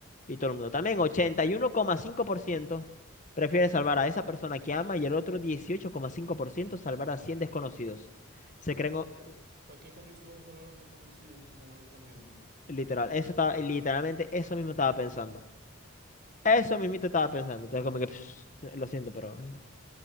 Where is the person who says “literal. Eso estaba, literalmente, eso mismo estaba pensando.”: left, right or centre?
Left